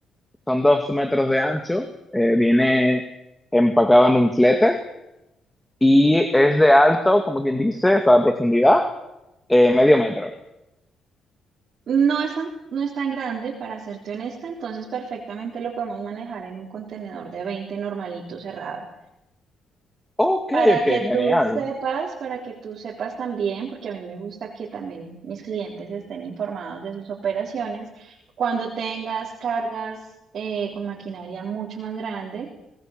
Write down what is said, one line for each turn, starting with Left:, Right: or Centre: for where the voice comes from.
Centre: son dos metros de ancho, eh, viene empacado en un flete y es de alto, como quien dice, o sea, profundidad, eh, medio metro.
Right: No es tan, no es tan grande, para serte honesta, entonces perfectamente lo podemos manejar en un contenedor de 20 normalito cerrado.
Centre: Ok,
Right: Para
Centre: ok,
Right: que
Centre: genial.
Right: tú sepas, para que tú sepas también, porque a mí me gusta que también mis clientes estén informados de sus operaciones, cuando tengas cargas eh, con maquinaria mucho más grande,